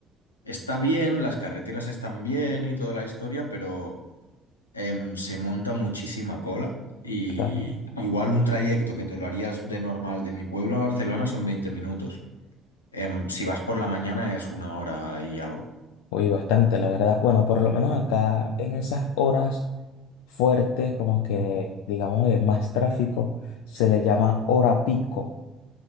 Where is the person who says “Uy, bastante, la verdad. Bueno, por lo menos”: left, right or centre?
Left